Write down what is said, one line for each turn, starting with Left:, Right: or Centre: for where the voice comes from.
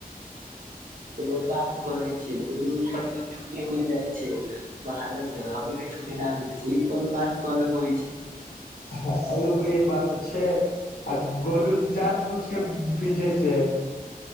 Right: एगो बात करे छै गोलू सर के छुट्टी मिल जाइ छै बहानस से ही के छुट्टी न मिलै छै ई कोन बात होइ छै
Left: हम आ ई बात तऽ छै आ गोलू जान बूझके पीजे से